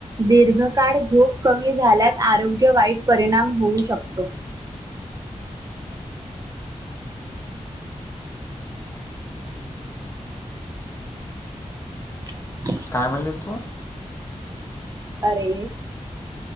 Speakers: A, on the right; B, on the left.
A: दीर्घकाळ झोप कमी झाल्यास आरोग्य वाईट परिणाम होऊ शकतो. <inaudible>
B: काय म्हणलीस तू?
A: अरे